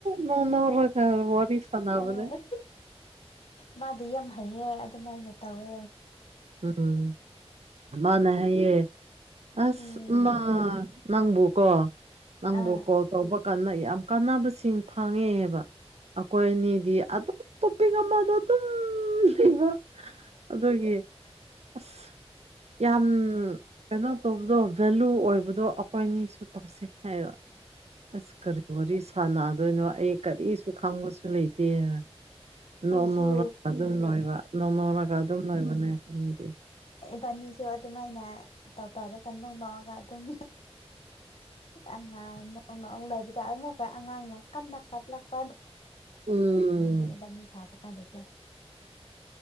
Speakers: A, on the right; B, on the left.
A: ꯃꯅꯔ ꯑ ꯋꯥ ꯋꯥꯔꯤ ꯁꯅꯕꯅꯦꯦ
B: ꯑꯥ ꯃꯥꯗꯤ ꯌꯥꯝ ꯍꯩꯌꯦ ꯑꯗꯨꯃꯥꯏꯅ ꯇꯧꯋꯦ
A: ꯎꯝ ꯃꯥꯅ ꯍꯥꯏꯌꯦ ꯑꯁ
B: ꯎꯝ
A: ꯃꯥ ꯅꯪꯕꯨꯀꯣ ꯅꯪꯕꯨ
B: ꯑꯥ
A: ꯀꯣꯜ ꯇꯧꯕ ꯀꯥꯟꯗ ꯌꯥꯝ ꯀꯥꯟꯅꯕꯁꯤꯡ ꯐꯪꯉꯦꯕ ꯑꯩꯈꯣꯏ ꯑꯅꯤꯗꯤ ꯑꯣꯞ ꯇꯣꯞ ꯄꯛ ꯑꯃꯗ ꯑꯗꯨꯝ ꯂꯩꯕ ꯑꯗꯨꯒꯤ ꯑꯁ ꯌꯥꯝ ꯀꯩꯅꯣ ꯇꯗꯣ ꯚꯦꯂꯨ ꯑꯣꯏꯕꯗꯣ ꯑꯩꯈꯣꯏ ꯑꯅꯤꯁꯨ ꯇꯧꯁ ꯍꯥꯏ ꯑꯁ ꯀꯔꯤ ꯋꯥꯔꯤ ꯁꯥꯟꯅꯗꯣꯏꯅꯣ ꯑꯩ ꯀꯔꯤꯁꯨ ꯈꯪꯕꯁꯨ ꯂꯩꯇꯦꯅ ꯅꯣꯅꯧꯔꯒ
B: ꯑꯩꯁꯨ
A: ꯑꯗꯨꯝ ꯂꯣꯏꯕ ꯅꯣꯅꯧꯔꯒ ꯑꯗꯨꯝ ꯂꯣꯏꯕꯅꯦ ꯑꯅꯤꯗꯤ
B: ꯕꯥꯅꯤꯁꯨ ꯑꯗꯨꯃꯥꯏꯅ ꯇꯧ ꯇꯧꯔ ꯀꯟꯗꯧ ꯂꯑꯒ ꯑꯗꯨꯝ ꯑꯉꯥꯡ ꯅꯣꯡ ꯅ ꯂꯩꯕꯗ ꯑꯃꯈ ꯑꯉꯥꯡꯅ ꯀꯟꯅ ꯀꯥꯞꯂꯛꯄ
A: ꯎꯝ
B: ꯅꯦ ꯕꯅꯤ ꯁꯥꯕ ꯀꯥꯟꯗꯁꯨꯦ